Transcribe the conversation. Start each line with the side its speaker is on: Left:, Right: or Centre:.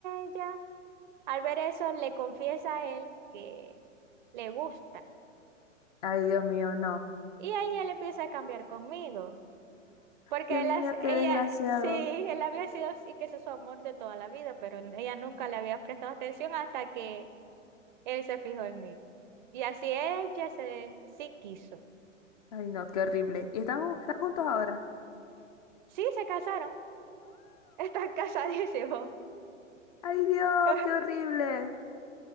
Right: ella, al ver eso, le confiesa a él que le gusta.
Left: Ay, Dios mío, no.
Right: Y ahí él empieza a cambiar conmigo. Porque
Left: Dios
Right: él,
Left: mío,
Right: as- ella,
Left: qué desgraciado.
Right: sí, él había sido, sí que ese es su amor de toda la vida, pero ella nunca le había prestado atención hasta que él se fijó en mí. Y así ella se, sí quiso.
Left: Ay, no, qué horrible. ¿Y están, ju- están juntos ahora?
Right: Sí, se casaron. Están casadísimos.
Left: Ay, Dios,
Right: <laughs>
Left: qué horrible.